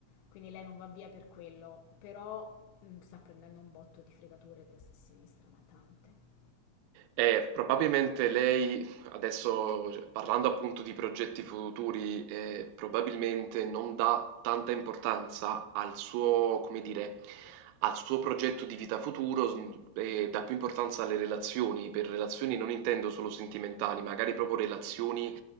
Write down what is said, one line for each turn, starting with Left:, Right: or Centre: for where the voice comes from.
Left: Quindi lei non va via per quello, però mm, sta prendendo un botto di fregature a destra e a sinistra, ma tante.
Right: Eh, probabilmente lei, adesso cioè, parlando appunto di progetti futuri, eh, probabilmente non dà tanta importanza al suo, come dire, al suo progetto di vita futuro s- e dà più importanza alle relazioni. Per relazioni non intendo solo sentimentali, magari proprio relazioni,